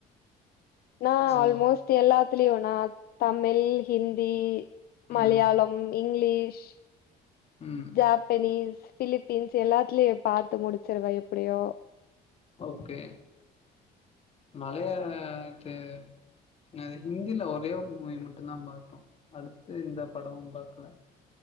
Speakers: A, on the left; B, on the left.
A: நா
B: சோ
A: ஆல்மோஸ்ட் எல்லாத்திலயு நா தமிழ் ஹிந்தி மலையாளம்
B: ம்
A: இங்கிலீஷ்
B: ம்
A: ஜாப்பனீஸ் பிலிப்பீன்ஸ் எல்லாத்திலயே பாத்து முடிச்சிருவா எப்டியு
B: ஓகே மலையாள ஆக்டர் நா ஹிந்தில ஒரே ஒரு மூவி மட்டு தா பாத்தோ அடுத்து எந்த படமு பாக்கல